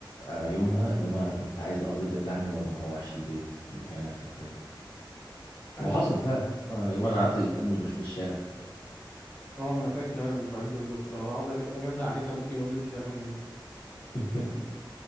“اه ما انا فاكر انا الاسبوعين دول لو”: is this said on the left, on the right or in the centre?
Left